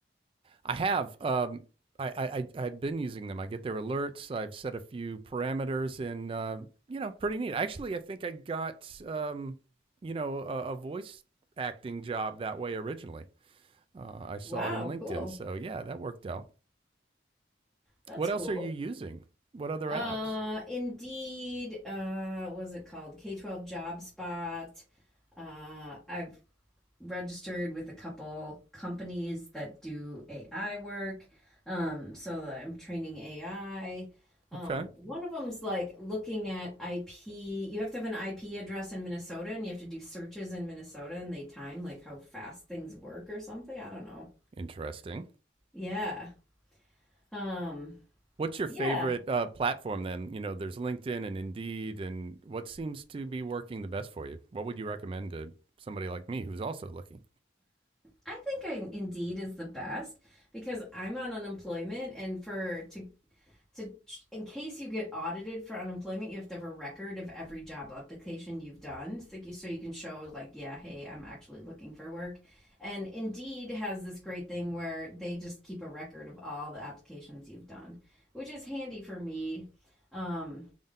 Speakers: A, on the right; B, in the centre.
A: I have um, I, I I- have been using them. I get their alerts. I've set a few parameters, and uh, you know, pretty neat. Actually, I think I got um, you know a, a voice acting job that way originally. Uh, I saw
B: Wow,
A: it in LinkedIn,
B: cool.
A: so yeah, that worked out.
B: That's
A: What
B: cool.
A: else are you using? What other
B: Uh,
A: apps?
B: Indeed, uh, what was it called? K-12 Job Spot. Uh, I've registered with a couple companies that do AI work. Um, so I'm training AI. Um,
A: Okay,
B: one of them's like looking at IP. You have to have an IP address in Minnesota and you have to do searches in Minnesota and they time like how fast things work or something. I don't know.
A: interesting.
B: Yeah. Um,
A: What's your
B: yeah.
A: favorite uh, platform then? You know, there's LinkedIn and Indeed, and what seems to be working the best for you? What would you recommend to somebody like me who's also looking?
B: I think I, Indeed is the best because I'm on unemployment and for to to in case you get audited for unemployment, you have to have a record of every job application you've done, so you, so you can show like, yeah, hey, I'm actually looking for work. And Indeed has this great thing where they just keep a record of all the applications you've done, which is handy for me. Um,